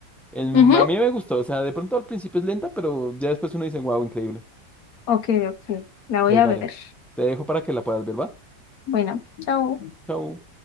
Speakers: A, in the centre; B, on the left.
A: El-
B: Ujú.
A: a mí me gustó. O sea, de pronto al principio es lenta, pero ya después uno dice, wow, increíble.
B: Ok, ok. La voy
A: Pues
B: a
A: vale.
B: ver.
A: Te dejo para que la puedas ver, ¿va?
B: Bueno, chao.
A: Chao.